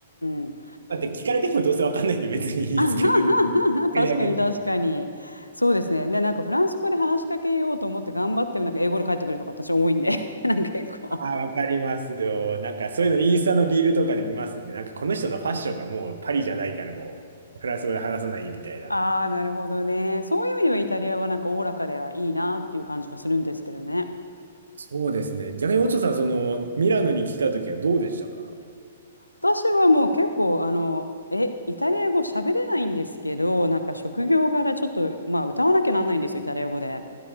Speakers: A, on the left; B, on the right.
A: んうん。
B: だって聞かれてもどうせわかんないんで別にいいんですけど、
A: <laughs> 確かに確かに。
B: それだけでね
A: そうですね。で、なんかフランス語で話しかけようと思って頑張っても、なんか英語で帰ってくるとか私多いんで、<laughs> なんか結構。
B: ああ、わかりますよ。なんかそういうのインスタのリールとかで見ますんで、なんかこの人のファッションがもうパリじゃないからもうフランス語で話さないみたいな。
A: ああ、なるほどね。そういう意味ではイタリアはなんかおおらかではいいなっていう感じはするんですけどね。
B: そうですね。逆に、オチョさん、その、ミラノに来た時はどうでしたか
A: 私はもう結構、あの、え、イタリア語喋れないんですけど、なんか職業柄ちょっと、まあ歌わなきゃなんないんですよ、イタリア語で。